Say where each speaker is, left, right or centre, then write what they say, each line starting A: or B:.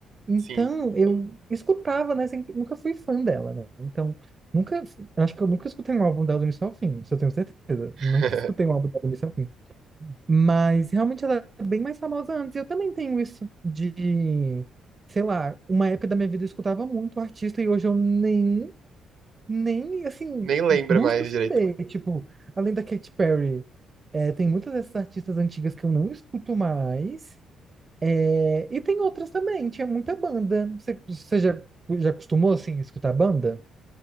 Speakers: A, on the right; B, on the right.
A: Então,
B: Sim.
A: eu escutava, né? Sempre, nunca fui fã dela, né? Então, nunca. eu Acho que eu nunca escutei um álbum dela do início ao fim, isso eu tenho certeza.
B: <laughs>
A: Nunca escutei um álbum dela do início ao fim. Mas realmente ela é bem mais famosa antes. Eu também tenho isso de, sei lá, uma época da minha vida eu escutava muito artista e hoje eu nem, nem, assim,
B: Nem lembra
A: busco
B: mais
A: saber.
B: direito.
A: Tipo, além da Katy Perry, é, tem muitas dessas artistas antigas que eu não escuto mais. É, e tem outras também, tinha muita banda. Você, você já, já acostumou, assim, a escutar banda?